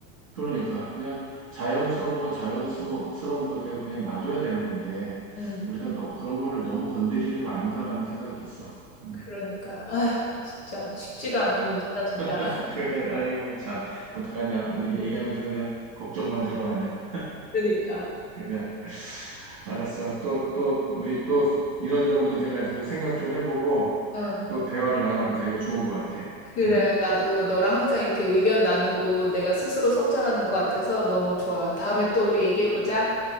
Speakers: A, on the right (about 25°); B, on the left (about 50°).
A: 그러니까 그냥 자연스러운 건 자연스러운 거대로 그냥 놔둬야 되는 건데
B: 음,
A: 우리가 너, 그런 거를 너무 건드리는 거 아닌가라는 생각이 있어. 음.
B: 그러니까 아휴, 진짜 쉽지가 않은 문제다, 진짜.
A: <laughs>
B: <laughs>
A: 그래, 아이고 참 어떡하냐? 우리 얘기하면서 그냥 걱정만 들어가네.
B: 그러니까.
A: 그냥 <laughs> 알았어. 또 또 우리 또 이런저런 문제 가지고 생각 좀 해보고
B: 응.
A: 또 대화를 나눠보자. 이거 좋은 것 같아.
B: 그래,
A: 음.
B: 나도 너랑 항상 이렇게 의견 나누고 내가 스스로 성장하는 것 같아서 너무 좋아. 다음에 또 우리 얘기해보자.